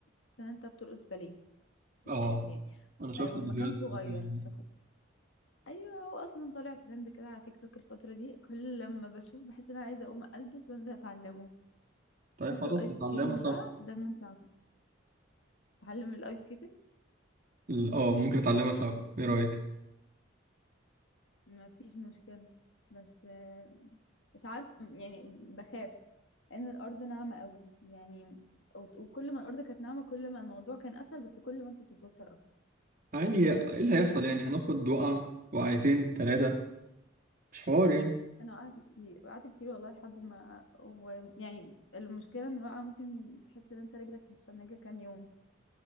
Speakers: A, on the left (about 80°); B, on the right (about 45°).
A: بس ان انت بترقص باليه من
B: اه
A: الاخر يعني
B: انا شفت
A: آه والمكان
B: الفيديوهات
A: صغير
B: دي.
A: ف... ايوه هو اصلا طالع ترند كده على تيك توك الفتره دي كل لما بشوف بحس ان انا عايزه اقوم البس وانزل اتعلمه
B: طيب
A: حاسه
B: خلاص
A: الايس
B: نتعلمها
A: سكيتنج
B: سوا
A: بقى ده الممتع اتعلم الايس سكيتنج
B: ال- اه ممكن نتعلمها سوا ايه رأيك
A: ما فيش مشكله بس آه مش عارف يعني بخاف ان الارض ناعمه قوي يعني وت- وكل ما الارض كانت ناعمه كل ما الموضوع كان اسهل بس كل ما انت بتتوتر اكتر.
B: عادي هي- ايه اللي هيحصل يعني هناخد وقعة وقعتين تلاتة مش حوار يعني
A: انا وقعت كتير وقعت كتير والله لحد ما ويعني المشكله ان الوقعه ممكن تحس ان انت رجلك متشنجه كام يوم